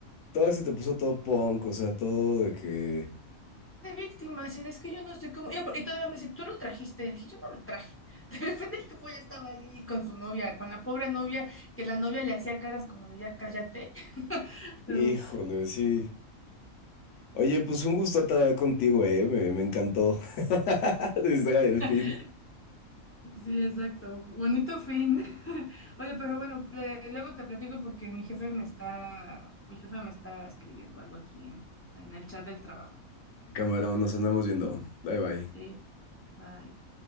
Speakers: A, on the left; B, on the left.
A: todavía se te puso todo punk, o sea, todo de que,
B: de víctimas, y es que yo no estoy como, y apar- y todavía me dice, tú lo trajiste, y dije, yo no lo traje, <laughs> de repente el tipo ya estaba ahí con su novia, con la pobre novia, que la novia le hacía caras como de ya cállate, <laughs>
A: híjole,
B: pero
A: sí. Oye, pues un gusto estar contigo, eh, me, me encantó. <laughs> De historia del
B: pues,
A: fin.
B: sí, exacto, bonito fin, <laughs> oye, pero bueno, le- luego te platico porque mi jefe me está, mi jefe me está escribiendo algo aquí en en el chat del trabajo,
A: Camarón, nos andamos viendo. Bye, bye.
B: sí, bye.